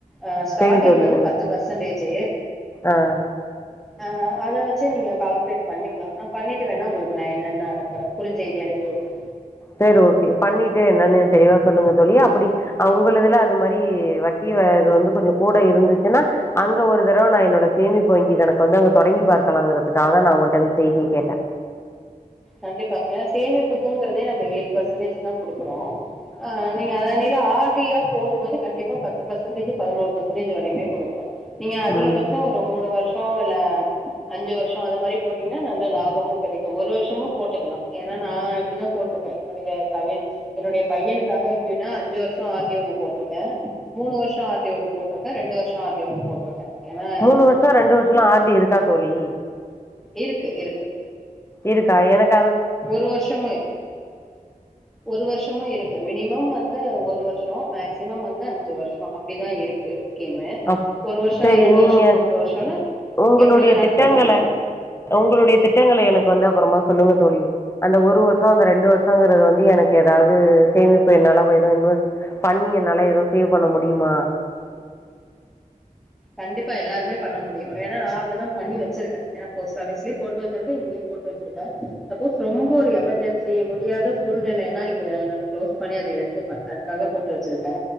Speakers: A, in the centre; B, on the left.
A: அ ஸ்டார்டிங்
B: சேரி தோழி
A: வந்து பத்து பர்சன்டேஜ்
B: ஆ
A: ஆ அத வச்சு நீங்க கால்குலேட் பண்ணி நா பண்ணிட்டு வேணா உங்களுக்கு நா என்னன்ன அனுப்புறே குருஞ் செய்தி அனுப்பி வுடுறே
B: செர் ஓகே பண்ணிட்டு என்னன்னு எனக்கு தெளிவா சொல்லுங்க தோழி அப்படி உங்கள் இதுல அதுமாரி வட்டி அ இது வந்து கொஞ்ச கூட இருந்துச்சுன்னா அங்க ஒரு தரவ நா என்னோட சேமிப்பு வங்கி கணக்கு வந்து அங்க தொடங்கி பார்க்கலாங்கிறதுக்காக தா உங்கள்க்ட்ட இந்த செய்திய கேட்டே
A: கண்டிப்பா ஏனா சேமிப்புங்கறதே நம்ம ஏழு பர்சன்டேஜ் தா குடுக்குறோ ஆ நீங்க அத நில ஆ ஃபீரியா போடும்போது கண்டிப்ப பத்து பர்சன்டேஜ் பதினோரு பர்சன்டேஜ் வைரயுமே கொடுக்கறே நீங்க அதிகபட்ச
B: ம்.
A: ஒரு மூணு வருஷ் இல்ல அஞ்சு வருஷோ அது மாரி போட்டீங்கன்னா நல்ல லாபமு கெடைக்கும் ஒரு வருஷமு போட்டுக்கலா ஏன்னா நா அப்டிதா போட்டிருக்கே என்னுடைய கவி என்னுடைய பையனுக்காக எப்டின்னா அஞ்சு வருஷம் ஆர்டி ஒனு போட்ருக்கே மூணு வருஷம் ஆர்டி ஒனு போட்ருக்கே ரெண்டு வருஷோ ஆர்டி ஒனு போட்ருக்கே ஏன்னா
B: மூணு வருஷோ ரெண்டு வருஷோலா ஆர்டி இருக்கா தோழி
A: இருக்கு இருக்கு
B: இருக்கா எனக்
A: ஒரு வருஷமு ஒரு வருஷமு இருக்கு மினிமம் வந் மினிமம் ஒரு வருஷோ மேக்சிமம் வந்து அஞ்சு வருஷோ அப்டிதா இருக்கு ஸ்கீமு
B: அப்
A: ஒரு வருஷோ
B: செரி
A: இரண்டு
B: நீங்க
A: வருஷோ மூன்று வருஷோன்னு
B: உங்களுடைய
A: எப்டி வேணாலு
B: திட்டங்கள
A: போட்டுக்கலா
B: உங்களுடைய திட்டங்கள எனக்கு வந்து அப்புறமா சொல்லுங்க தோழி அந்த ஒரு வருஷோ அந்த ரெண்டு வருஷங்கிறது வந்து எனக்கு ஏதாவது சேமிப்பு என்னால ஏதும் இன்வெஸ்ட் பண்ணி என்னால எதும் சேவ் பண்ண முடியுமா
A: கண்டிப்பா எல்லாருமே பண்ண முடியு ஏனா நா அப்டிதா பண்ணி வச்சிருக்கே ஏனா ஃபோஸ்ட் ஆஃபீஸ்லயு போட்டு வச்சிருக்கே இங்கேயு போட்டு வச்சிருக்கே சப்போஸ் ரொம்ப ஒரு எமர்ஜென்சி முடியாத சூழ்நிலைன்னா இங்க நா க்ளோஸ் பண்ணி அத எடுத்துப்பே அதுக்காக போட்டு வச்சிருக்கே